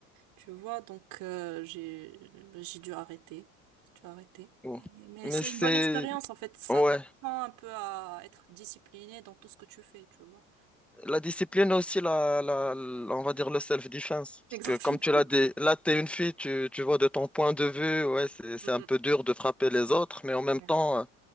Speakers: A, on the right; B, in the centre.
A: tu vois, donc, euh, j'ai, j'ai dû arrêter. J'ai dû arrêter.
B: Bon.
A: Et- Mais
B: Mais
A: c'est
B: c'est.
A: une bonne expérience, en fait. Ça
B: Ouais.
A: t'apprend un peu à être discipliné dans tout ce que tu fais, tu vois.
B: La discipline aussi, la, la, la- on va dire le self-defense.
A: Exactement.
B: Parce que comme tu l'as dit, là, tu es une fille, tu, tu vois de ton point de vue, ouais, c'est, c'est
A: Mm,
B: un peu dur de frapper les autres, mais en même
A: mm. Ouais.
B: temps, euh,